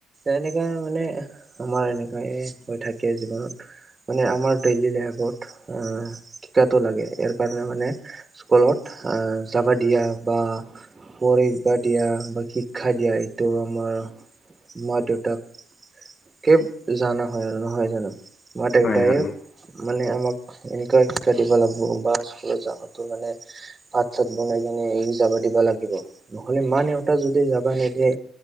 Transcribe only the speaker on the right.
এনেকা মানে আমাৰ এনেকাই হৈ থাকে জীৱনত মানে আমাক ডেইলী লাইফত আহ শিক্ষাটো লগে ইয়াৰ কাৰণে মানে স্কুলত আহ যাবা দিয়া বা পঢ়িবা দিয়া বা শিক্ষা দিয়া এইটো আমাৰ মা দেউতাক কেব জানা হয় আৰু নহয় জানো, মা দেউতাই
মানে আমাক এনেকুৱা শিক্ষা দিব লাগিব বা স্কুলত যাৱাতো মানে ভাত চাত বনাই কিনে এ যাবা দিবা লাগিব নহ'লে মা দেউতা যদি যাবা নিদিয়ে